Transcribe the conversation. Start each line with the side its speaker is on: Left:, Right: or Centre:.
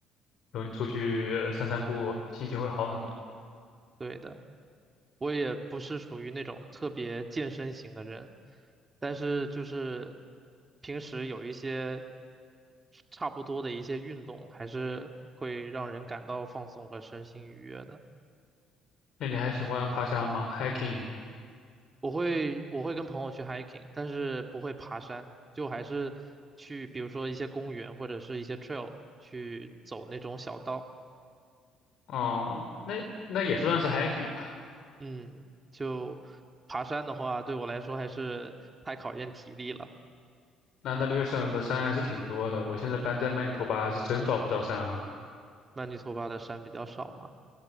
Left: 然后你出去散散步，心情会好很多。
Right: 对的。我也不是属于那种特别健身型的人，但是就是平时有一些差不多的一些运动，还是会让人感到放松和身心愉悦的。
Left: 那你还喜欢爬山吗？hiking？
Right: 我会我会跟朋友去 hiking，但是不会爬山，就还是去比如说一些公园或者是一些 trail 去走那种小道。
Left: 哦，那那也算是 hiking 吧。
Right: 嗯，就爬山的话，对我来说还是太考验体力了。
Left: 那大略省的山还是挺多的。我现在搬在曼尼托巴，是真找不着山啊，
Right: 曼尼托巴的山比较少嘛。